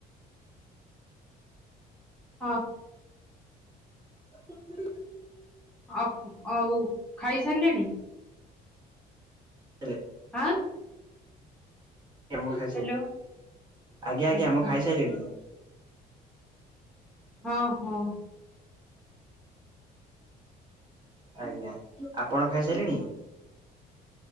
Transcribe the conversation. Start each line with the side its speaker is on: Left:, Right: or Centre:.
Centre: ହଁ।
Right: ହୁ
Centre: ଆପ ଆଉ ଖାଇସାରିଲେଣି?
Right: ହେଲେ
Centre: ଆଁ?
Right: ଆଜ୍ଞା ମୁଁ ଖାଇସା
Centre: ହ୍ୟାଲୋ
Right: ଆଜ୍ଞା ଆଜ୍ଞା
Centre: ଆଚ୍ଛା।
Right: ମୁଁ ଖାଇସାଇଲିଣି।
Centre: ହଁ ହଁ।
Right: ଆଜ୍ଞା ଆପଣ ଖାଇସାରିଲେଣି?